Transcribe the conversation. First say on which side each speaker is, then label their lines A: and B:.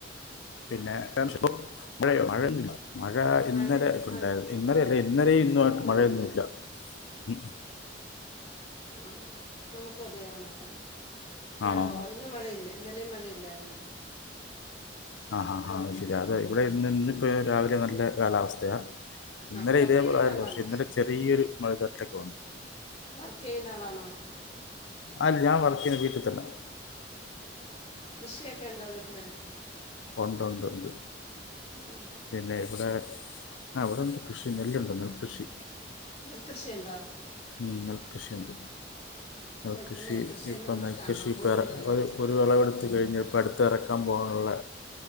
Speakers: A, on the left; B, on the left.
A: പിന്നെ <unintelligible> ഇവിടെ മഴയൊന്നുല്ല മഴ ഇന്നലെ
B: മഴ
A: ഒക്കെ
B: മഴ
A: ഉണ്ടായിരുന്നു ഇന്നലെ അല്ല ഇന്നലെയും
B: നമുക്കിന്ന്
A: ഇന്നുമായിട്ട്
B: മഴയില്ല
A: മഴയൊന്നുല്ല മു
B: ആ നമുക്കും അതേ ഓണാക്കന്നെ മഴ
A: ആണോ
B: കുറവ ഇന്ന് മഴയില്ല ഇന്നലെം മഴയില്ലായിരുന്നു
A: ആ ഹ ഹ പിന്നാതെ ഇവിടെ ഇന്ന്ന്ന് ഇപ്പോ ഇത് രാവിലെ നല്ല കാലാവസ്ഥയാ ഇന്നലെ
B: ആണോ വർക്ക്
A: ഇതേപോലായിരുന്നു
B: ചെയ്യുന്ന ആളാണോ
A: പക്ഷെ ഇന്നലെ ചെറിയൊരു മഴ ചാറ്റലൊക്ക വന്ന്
B: വർക്ക് ചെയ്യുന്ന ആളാണോ?
A: അര് ഞാൻ വർക്ക് ചെയ്യണ വീട്ടിൽ തന്നാ
B: കൃഷിയൊക്കെ ഉണ്ടോ വീട്ടില്
A: ഒണ്ട്ണ്ട് ഒണ്ട്
B: ആണോ
A: പിന്നെ ഇവിടെ ആ ഇവിടെണ്ട് കൃഷി നെല്ലുണ്ട് നെൽകൃഷി
B: നെൽകൃഷിണ്ടാ
A: ഉം നെൽകൃഷിണ്ട് നെൽകൃഷി
B: ഓ ഇപ്പം നെൽകൃഷിയൊന്നും
A: ഇപ്പൊ
B: അങ്ങനെ
A: നെൽക്കൃഷി
B: കാണാൻ
A: ഇപ്പേറെ
B: പോലും ഇല്ലല്ലേ
A: ഒരു ഒരുവിളവ് എടു അതു കഴിഞ്ഞ് ഇപ്പ അടുത്തെ എറക്കാൻ പോവാനുള്ള